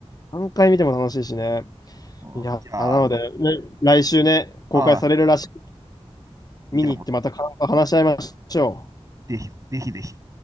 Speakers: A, on the left; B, on the right.
A: 何回見ても楽しいしね。
B: うんじゃあ、
A: いや、なので、ね来週ね、
B: ああ、
A: 公開されるらしい。
B: じゃあもう、
A: 見に行ってまた感想話し合いましょう。
B: ぜひ、ぜひぜひ。